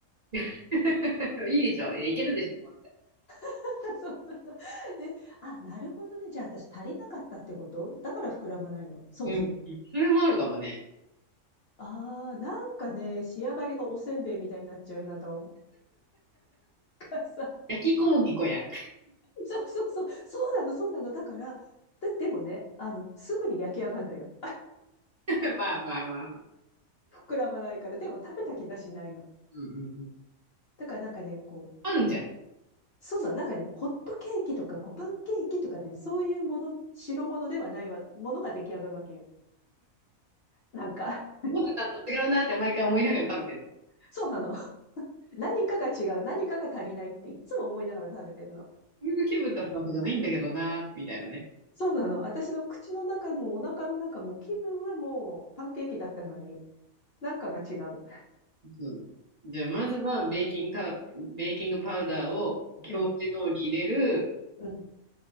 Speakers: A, on the right; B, on the left.
A: <laughs> いいでしょ、いやいけるでしょ。
B: <laughs> そなえあ、なるほどね。じゃあ私足りなかったってことだから膨らまないの。そもそも。
A: うん。それもあるかもね。
B: ああ、なんかね、仕上がりがおせんべいみたいになっちゃうなと思うからさ。<laughs>
A: 焼き小麦粉やん。
B: そうそうそう、そうなの、そうなの。だから、だでもね、あの、すぐに焼き上がるのよ。
A: <laughs> まあまあまあまあ。うん
B: 膨らまないから、でも食べた気がしないの。
A: うんうん。
B: だからなんかね、こう、
A: パンじゃん。
B: そうなの、なんかね、ホットケーキとか、こう、パンケーキとかね、そういうもの、白物ではないわ、ものが出来上がるわけよ。なんか、
A: 思ってたのと違うなって毎回思いながら食べてるの。
B: <laughs> そうなの。何かが違う、何かが足りないっていつも思いながら食べてるの。
A: これの気分だったわけじゃないんだけどな、みたいなね。
B: そうなの。私の口の中もお腹の中も気分はもうパンケーキだったのに、なんかが違う。
A: そうじゃあ、まずはベーキングカウ、ベーキングパウダーを表示通り入れる、
B: うん、うん、